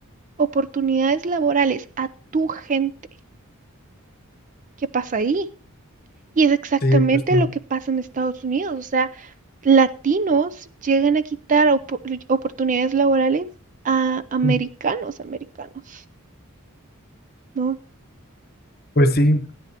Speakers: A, on the right; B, on the left.
A: oportunidades laborales a tu gente? ¿qué pasa ahí? Y es exactamente
B: Sí, pues no.
A: lo que pasa en Estados Unidos. O sea, latinos llegan a quitar opo- oportunidades laborales a americanos,
B: Mm,
A: americanos, ¿no?
B: Pues sí,